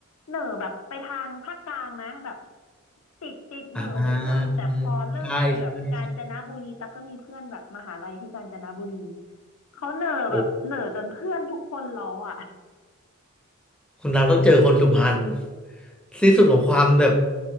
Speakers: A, on the left; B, in the centre.
A: เหน่อแบบไปทางภาคกลางนะแบบติดติดเหน่อนิดนึงแต่พอเริ่มไปแบบกาญจนบุรีตั๊กก็มีเพื่อนแบบมหาลัยที่กาญจนบุรี
B: อ่าใช่ใช่ใช่
A: เขาเหน่อแบบเหน่อจนเพื่อนทุกคนล้ออ่ะ
B: โอ้คุณรังต้องเจอคนสุพรรณที่สุดของความแบบ